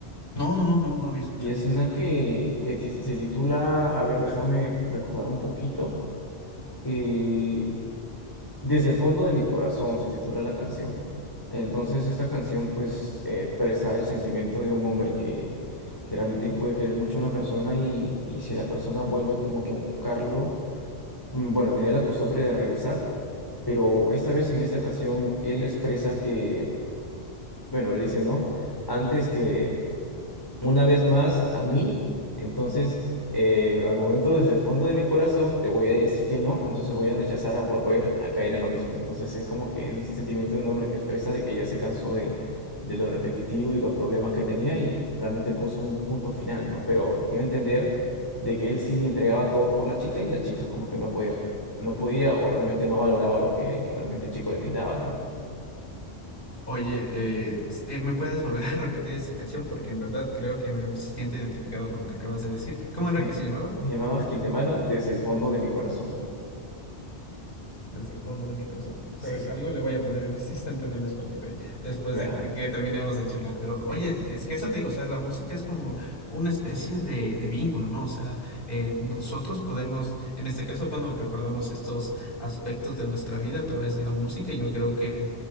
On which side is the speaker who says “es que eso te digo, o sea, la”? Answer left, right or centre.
Left